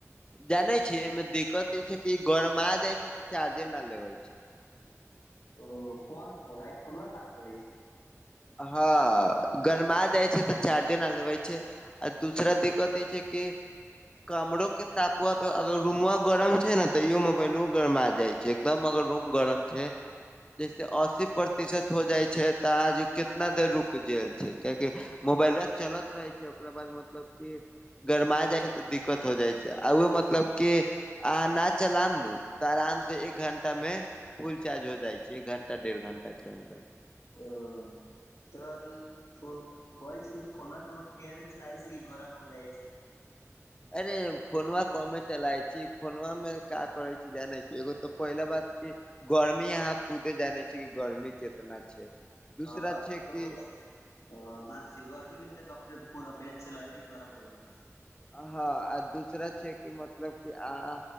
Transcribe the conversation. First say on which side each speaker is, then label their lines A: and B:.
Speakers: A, on the left; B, on the left.
A: जाने छी एमे दिक्कत ई छै कि ई गरमा जाय छै तऽ चार्जे ना लेबे छै।
B: ओ कोन फोन आइ फोनवा के बात करै छी?
A: हां गरमा जाए छै तऽ चार्जे ना लेबै छै। आ दूसरा दिक्कत ई छै कि कमरो के तापवा पे अगर रूमवा गरम छै नै तै ईहो मोबाइलो गरमा जाय छै एकदम अगर रूम गरम छै जैसे अस्सी प्रतिशत हो जाए छै तै आज केतना देर रुक जाए छै कियाकि मोबाइलवा चलत रहे छै ओकरा बाद मतलब की की गरमा जाए छै तऽ दिक्कत हो जाए छै आ उहो मतलब की अहां न चलाम नू तऽ आराम से एक घण्टा मे फुल चार्ज होय जाए छै, एक घण्टा डेढ़ घण्टा के अन्दर।
B: ओ तऽ ई फो कहै छीयै कि फोनवा के एक बेर केयरे चलाए <unintelligible> गरम हो जाए छै।
A: अरे फोनवा कमे चलाइ छी, फोनवा मे का करै छी जानै छी एगो तऽ पहिला बात की गर्मी आहाँ खुदे जानै छीयै कि गर्मी केतना छै। दूसरा
B: हां
A: छै
B: तऽ कुन-कुन
A: कि
B: ठा हां बात सही गर्मी दिन तै अपने फोन अ बिना चलालै ही गरम हो जाए छै।
A: हां आ दूसरा छै कि मतलब कि अहाँ